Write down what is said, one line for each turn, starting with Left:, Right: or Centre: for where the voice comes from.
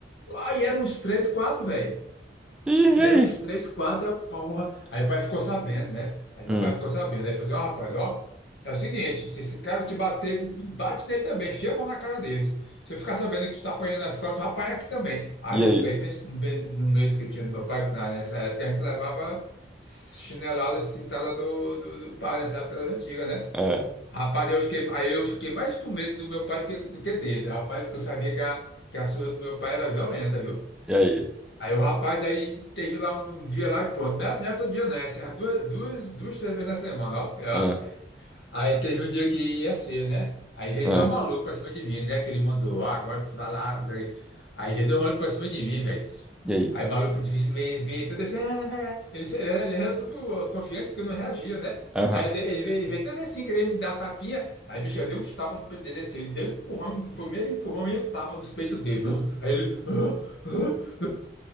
Left: Aí eram uns três, quatro, velho.
Centre: E, e
Left: E
Centre: aí?
Left: eram os três quadros, aí eu, porra. Aí meu pai ficou sabendo, né? Aí meu
Centre: hum.
Left: pai ficou sabendo. Aí ele falou assim: ó, rapaz, ó, é o seguinte, se esse cara te bater, bate nele também, enfia a mão na cara deles. Se eu ficar sabendo que tu tá apanhando na escola, tu vai apanhar aqui também. Aí,
Centre: E
Left: meu
Centre: aí?
Left: amigo, aí pensa no be- no medo que eu tinha do meu pai, que na- nessa época a gente levava chinelada, cintada do, do, do pai, nessa época das antigas, né?
Centre: Ah,
Left: Rapaz, eu fiquei, aí eu fiquei mais com medo do meu pai do que, do que deles, rapaz, porque eu sabia que a, que a surra do meu pai era violenta, viu?
Centre: e aí?
Left: Aí o rapaz aí teve lá um dia lá e pronto. Não era, não era todo dia, não, é assim, umas duas, duas, duas, três vezes na semana, ó. É, ó.
Centre: Ah,
Left: Aí teve o dia que ia ser, né? Aí veio
Centre: ah,
Left: dois malucos pra cima de mim, né? Que ele mandou, ah, agora tu vai lá. Aí veio dois malucos pra cima de mim, velho.
Centre: e aí?
Left: Aí o maluco disse, veio, veio, todo assim, "Ah", ele, ele era ele era todo confiante porque não reagia, né?
Centre: Aham.
Left: Aí ele ele veio, ele veio todo assim, querendo me dar tapinha. Aí, bicho, eu dei uns tapas no peito dele assim, ele deu um empurrão, foi meio empurrão, meio tapa nos peitos dele. Buf! Aí ele, ah, ah, ah,